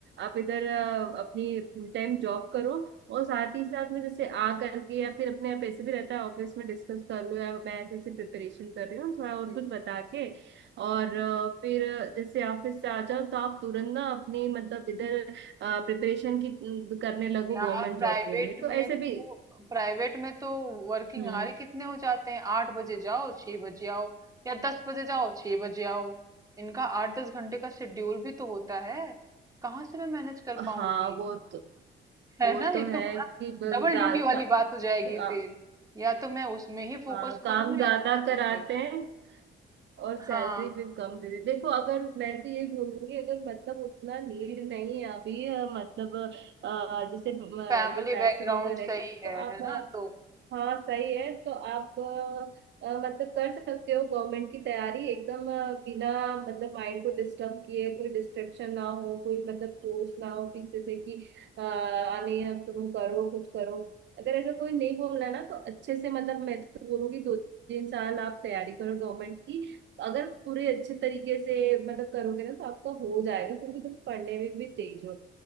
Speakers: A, on the right; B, on the right.
A: आप इधर अ, अपनी फुल टाइम जॉब करो और साथ ही साथ में जैसे आ करके या फिर अपने आप ऐसे भी रहता है ऑफिस में डिस्कस कर लो या मैं ऐसे ऐसे प्रिपरेशन कर रही हूँ थोड़ा और
B: हम्म
A: कुछ बता के और अ, फिर अ, जैसे ऑफिस से आ जाओ तो आप तुरंत ना अपनी मतलब इधर प्रिपरेशन की अम, करने लगो
B: यार
A: गवर्नमेंट
B: प्राइवेट
A: जॉब के लिए तो
B: में
A: ऐसे
B: तो
A: भी
B: प्राइवेट में तो वर्किंग
A: हम्म
B: आवर कितने हो जाते हैं आठ बजे जाओ छह बजे आओ या दस बजे जाओ छह बजे आओ इनका आठ दस घंटे का शेड्यूल भी तो होता है कहाँ से मैं मैनेज कर
A: हाँ
B: पाऊंगी
A: वो तो
B: है
A: वो
B: ना
A: तो
B: ये
A: है
B: तो बड़ा
A: कि ब-
B: डबल
A: जा-
B: ड्यूटी वाली
A: का,
B: बात हो जाएगी
A: आ,
B: फिर या तो मैं उसमें ही फोकस
A: हाँ
B: करूँ
A: काम ज्यादा
B: या तो फिर
A: कराते
B: इस पे
A: हैं और सैलरी
B: हाँ
A: फिर कम दे देते हैं। देखो अगर मैं तो ये बोलूंगी अगर मतलब उतना नीड नहीं है अभी अ, मतलब अ, जैसे अ,
B: फैमिली
A: ये पैसे
B: बैकग्राउंड
A: वगैरह
B: सही
A: की,
B: है
A: तो आप
B: है ना तो
A: हाँ सही है तो आप अ, अ, मतलब कर सकते हो गवर्नमेंट की तैयारी एकदम अ, बिना मतलब माइंड को डिस्टर्ब किए कोई डिस्ट्रेक्शन ना हो कोई मतलब फोर्स ना हो पीछे से कि अ, आ नहीं अब तुम करो कुछ करो अगर ऐसा कोई नहीं बोल रहा ना तो अच्छे से मतलब मैं तो बोलूंगी दो तीन साल आप तैयारी करो गवर्नमेंट की अगर पूरे अच्छे तरीके से मतलब करोगे ना तो आपका हो जाएगा क्योंकि तुम पढ़ने में भी तेज हो